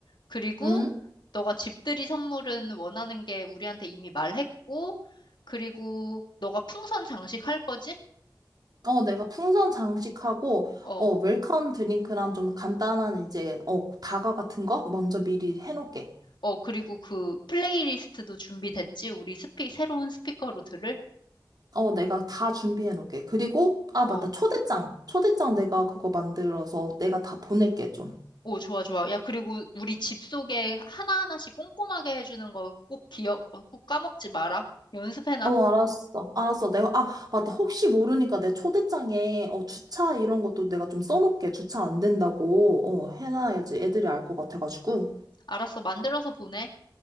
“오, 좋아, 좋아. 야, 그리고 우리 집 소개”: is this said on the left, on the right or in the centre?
Left